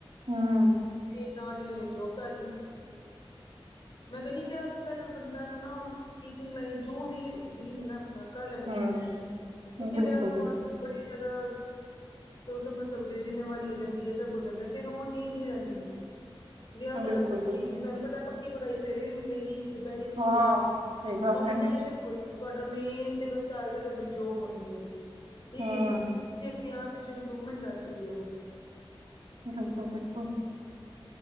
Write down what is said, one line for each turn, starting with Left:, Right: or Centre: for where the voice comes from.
Right: ਹੂੰ।
Left: ਤੇ ਨਾਲ ਈ ਓ ਨੇ ਜੋਬ ਕਰਲੀ। ਮੈਂ ਕੈਂਦੀ ਆਂ ਵਿਯਾ ਤੋਂ ਪੈਲਾਂ ਬੰਦਾ ਨੂੰ ਨਾ ਟੀਚਿੰਗ ਲਾਈਨ ਜੋ ਵੀ ਡਰੀਮ ਏ ਨਾ ਨਾਕਾ ਲੈਨਾ
Right: ਹੂੰ
Left: ਚਾਈਦੈ, ਕਿਓਂਕਿ
Right: ਬਿਲਕੁਲ
Left: ਵਿਆਅ ਤੋਂ
Right: ਬਿਲਕੁਲ
Left: ਬਾਦ ਬੜੀ ਜਾਦਾ, ਤੋ ਸਮਜ ਸਕਦੇ ਜਿੰਮੇਵਾਰੀ ਹੋ ਜਾਂਦੀ ਏ ਸਬ ਹੋ ਜਾਂਦਾ ਫੇਰ ਓ ਚੀਜ਼ ਨੀ ਰੈਂਦੀ, ਵਿਆਅ
Right: ਹਾਂ,
Left: ਤੋਂ
Right: ਬਿਲਕੁਲ
Left: ਪੈਲਾਂ ਠੀਕ
Right: ਬਿਲਕੁਲ
Left: ਐ ਤੁਆਨੂੰ ਪਤਾ ਪੱਕੀ-ਪਕਾਈ ਸਵੇਰੇ ਵੀ ਮਿਲੇਗੀ ਦੁ ਦੁਪੈਰੇ ਵੀ ਮਿਲੇਗੀ,
Right: ਹਾਂ ਸਹੀ ਗੱਲ
Left: ਤੁਆਨੂੰ
Right: ਹੈ
Left: ਟੈਂਸ਼ਨ ਖੁਦ ਤੁਆਡਾ ਮੇਨ ਤੇ ਬਸ ਟਾਰਗੇਟ ਤੁਆਡੀ ਜੋਬ ਹੁੰਦੀ ਏ, ਠੀਕ
Right: ਹੂੰ
Left: ਏ ਤੁਸੀਂ ਆਪ ਆਪਨੇ ਆਪ ਵਿੱਚ ਇੰਪਰੂਵਮੈਂਟ ਕਰ ਸਕਦੇ ਓਂ।
Right: ਗਲਫਾ ਬੈਟ ਕੋ